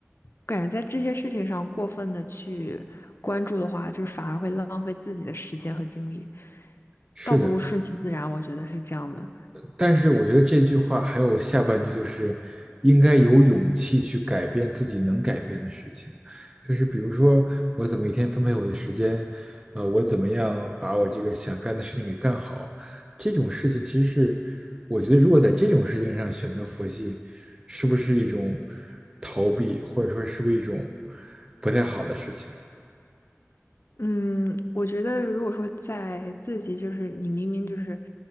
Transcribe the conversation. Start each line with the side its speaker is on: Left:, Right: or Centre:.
Left: 感觉在这些事情上过分的去关注的话，就是反而会浪费自己的时间和精力，
Right: 是的，
Left: 倒不如顺其自然，我觉得是这样的。
Right: 但是我觉得这句话还有下半句就是应该有勇气去改变自己能改变的事情，就是比如说我怎么一天分配我的时间，呃，我怎么样把我这个想干的事情给干好，这种事情其实是我觉得如果在这种事情上选择佛系，是不是一种逃避，或者说是不是一种不太好的事情？
Left: 嗯，我觉得如果说在自己就是你明明就是